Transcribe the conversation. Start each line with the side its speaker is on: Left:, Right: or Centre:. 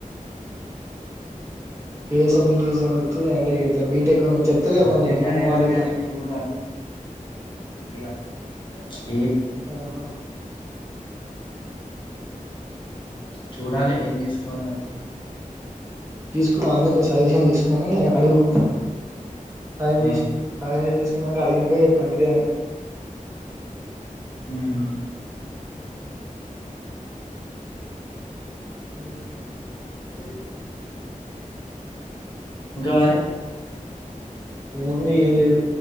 Right: నీకే సబ్జెక్ట్ ఈసీ అన్పితదో అంటే ఇట్ల బిటెక్ చెప్తరు
Left: సబ్జెక్ట్
Right: కదా కొందరు
Left: అని
Right: అన్నవాళ్ళు
Left: కాదు
Right: ఇట్లా
Left: కానీ ఇప్పుడు అ
Right: ఆహా
Left: చూడాలె ఏం తీసుకోవాల్నో
Right: తీస్కో అందరినీ సజెషన్ తీస్కొని అడుగు సజెషన్
Left: ఆ
Right: సజెషన్ తీసుకున్నాక అడిగినంక చెప్పు నాకు ఏమి అని
Left: ఉమ్
Right: హ్ మ్
Left: పడి ఇంకా మరి
Right: ఏముంది ఏం లేదు